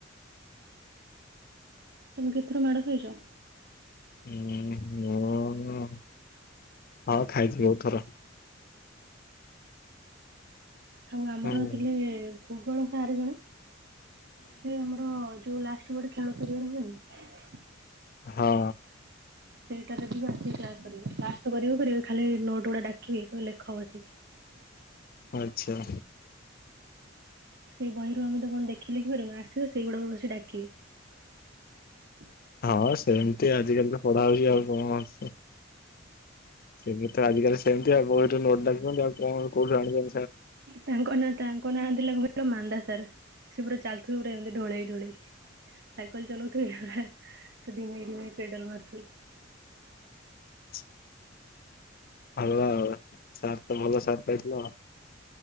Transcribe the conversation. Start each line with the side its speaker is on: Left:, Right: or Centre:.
Right: ତମେ କେତଥର ମାଡ ଖାଇଛ?
Left: ଓ ହୋ ହୁଁ ହଉ ଖାଇଛି ବୋହୁତ ଥର।
Right: ଆଉ ଆମର
Left: ହୁଁ
Right: ଥିଲେ ଭୂଗୋଳ ସାର ଜଣେ ସେ ଆମର ଯୋଉ ଲାଷ୍ଟ ଗୋଟେ ଖେଳ ପିରିୟଡ ହୁଏନି।
Left: ହଁ।
Right: ସେଇଟାରେ ବି ଆସିକି କ୍ଲାସ କରିବେ କ୍ଲାସ ତ କରିବେ କରିବେ ଖାଲି ନୋଟ ଗୁଡା ଡାକିବେ କହିବେ ଲେଖ ବସିକି।
Left: ଆଚ୍ଛା।
Right: ସେଇ ବହିରୁ ଆମେ ତ କଣ ଦେଖି ଲେଖିପାରୁନୁ ଆସିବେ ସେଇଗୁଡାକ ବସି ଡାକିବେ।
Left: ହଁ ସେମିତି ଆଜିକାଲି ତ ପଢା ହଉଛି ଆଉ କଣ ଅଛି? ସେମିତି ତ ଆଜିକାଲି ସେମିତି ଆଉ ବହିରୁ ନୋଟ ଡାକୁଛନ୍ତି ଆଉ କଣ କୋଉଠୁ ଆଣିବେ?
Right: ତାଙ୍କ ନା ତାଙ୍କ ନା ଥିଲା <inaudible> ପୁରା ମାନ୍ଦା ସାର୍ ସେ ପୁରା ଚାଲୁଥିବେ ପୁରା ଏମିତି ଢ଼ୋଳେଇ ଢୋଳେଇ। ସାଇକଲ ଚଲଉଥିବି ହା ହା ଅ ଧିମେଇ ଧିମେଇ ପେଡାଲ ମାରୁଥିବି।
Left: <unintelligible> ହାଲୋ ଆଉ ସାର୍ ତ ଭଲ ସାର୍ ପାଇଥିଲ।